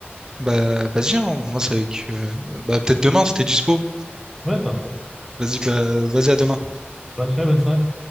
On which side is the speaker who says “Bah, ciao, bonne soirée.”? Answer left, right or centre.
Centre